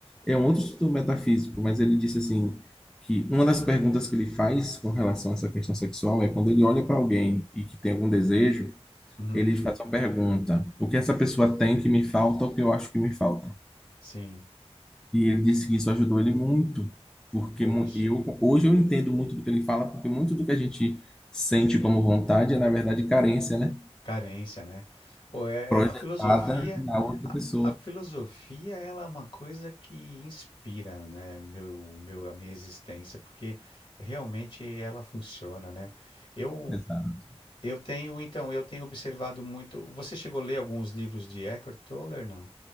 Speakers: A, in the centre; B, on the left (about 45°).
A: é um outro instrutor metafísico, mas ele disse assim, que uma das perguntas que ele faz com relação a essa questão sexual é quando ele olha para alguém e que tem algum desejo,
B: Uhum,
A: ele faz uma pergunta: o que essa pessoa tem que me falta, o que eu acho que me falta?
B: sim,
A: E ele disse que isso ajudou ele muito, porque
B: poxa.
A: mu- eu hoje eu entendo muito do que ele fala, porque muito do que a gente sente como vontade é na verdade carência, né?
B: Carência, né? Pô, é,
A: projetada
B: é- a filosofia,
A: na outra
B: a,
A: pessoa.
B: a filosofia, ela é uma coisa que inspira, né, meu, meu, a minha existência, porque realmente ela funciona, né? Eu,
A: Exato.
B: eu tenho, então, eu tenho observado muito. Você chegou a ler alguns livros de Eckhart Tolle, não?